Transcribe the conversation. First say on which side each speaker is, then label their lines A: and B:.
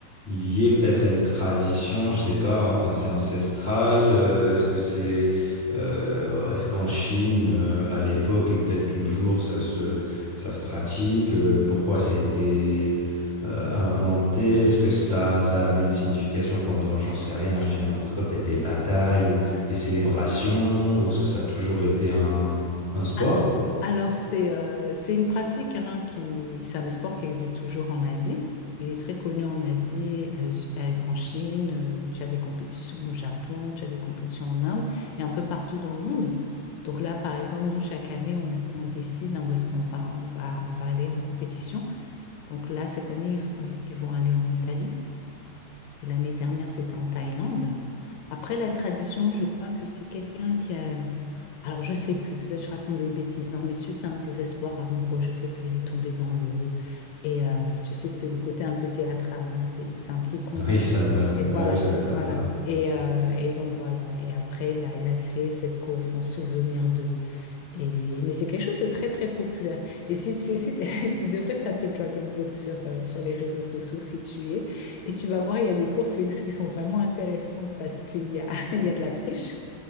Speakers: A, on the right; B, on the left.
A: lié peut-être à une tradition, je sais pas, enfin c'est ancestral, euh, est-ce que c'est, euh, est-ce qu'en Chine, euh, à l'époque et peut-être toujours, ça se, ça se pratique, euh, pourquoi ça a été, euh, inventé, est-ce que ça, ça avait une signification pendant, j'en sais rien, je dis n'importe quoi, peut-être des batailles tes célébrations ou est-ce que ça a toujours été un, un sport?
B: Ah, Alors, c'est euh, c'est une pratique hein, qui... C'est un sport qui existe toujours en Asie. Il est très connu en Asie, Asi- à- en Chine. euh, tu as des compétitions au Japon, tu as des compétitions en Inde et un peu partout dans le monde. Donc là, par exemple, nous, chaque année, on, on décide hein, où est-ce qu'on va. On va, on va aller en compétition. Donc là, cette année, ils, vont ils vont aller en Italie. Et l'année dernière, c'était en Thaïlande. Après, la tradition, je crois que c'est quelqu'un qui a... Alors, je sais plus, peut-être je raconte des bêtises, hein, mais suite à un désespoir amoureux, je sais pas, il est tombé dans l'eau. Et euh, tu sais, c'est le côté un peu théâtral, hein, c'est, c'est un petit conte.
A: Oui, ça me,
B: Et voilà,
A: ouais, ça
B: donc
A: m'étonne
B: voilà.
A: pas.
B: Et, euh, et donc voilà. Et après, là, il a créé cette course en souvenir de et, mais c'est quelque chose de très très populaire. Et si tu, si t'es- <laughs> tu devrais taper Dragon Boat sur, euh, sur les réseaux sociaux si tu y es, et tu vas voir, il y a des courses qui qui sont vraiment intéressantes parce qu'il y a, <laughs> il y a de la triche,